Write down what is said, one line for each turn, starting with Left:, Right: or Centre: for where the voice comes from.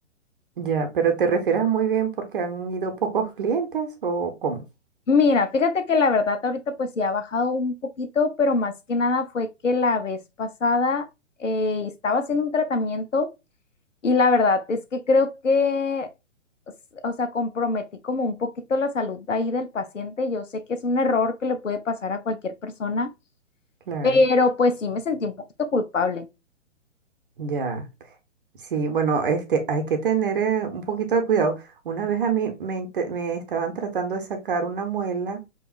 Right: Ya, pero te refieres muy bien porque han ido pocos clientes o cómo?
Left: Mira, fíjate que la verdad ahorita pues sí ha bajado un poquito, pero más que nada fue que la vez pasada eh, estaba haciendo un tratamiento y la verdad es que creo que, s- o sea, comprometí como un poquito la salud de ahí del paciente. Yo sé que es un error que le puede pasar a cualquier persona,
Right: Claro,
Left: pero pues sí me sentí un poquito culpable.
Right: ya. Sí, bueno, este, hay que tener eh, un poquito de cuidado. Una vez a mí me, inte- me estaban tratando de sacar una muela,